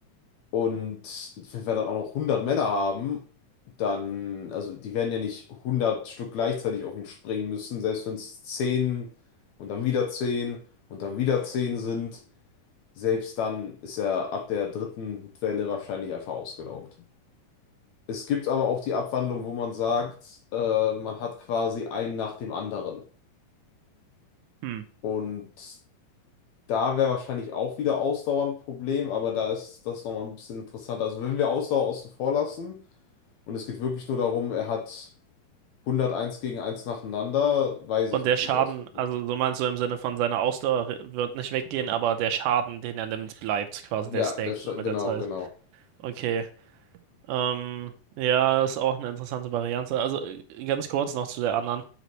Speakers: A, on the left (about 70°); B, on the right (about 75°).
A: und wenn wir dann auch noch hundert Männer haben, dann, also die werden ja nicht hundert Stück gleichzeitig auf ihn springen müssen, selbst wenn es 10 und dann wieder 10 und dann wieder 10 sind, selbst dann ist er ab der dritten Welle wahrscheinlich einfach ausgelaugt. Es gibt aber auch die Abwandlung, wo man sagt, äh, man hat quasi einen nach dem anderen.
B: Hm.
A: Und da wäre wahrscheinlich auch wieder Ausdauer ein Problem, aber da ist das nochmal ein bisschen interessanter. Also wenn wir Ausdauer außen vor lassen, Und es geht wirklich nur darum, er hat 101 gegen eins nacheinander. Weiß
B: Und
A: ich
B: der
A: nicht,
B: Schaden,
A: wie es ausgeht.
B: also so meinst du im Sinne von seiner Ausdauer re- wird nicht weggehen, aber der Schaden, den er nimmt, bleibt quasi,
A: Ja,
B: der stackt
A: der Sch
B: so mit
A: genau,
B: der Zeit.
A: genau.
B: Okay. Ähm, ja, ist auch eine interessante Variante. Also äh, ganz kurz noch zu der anderen.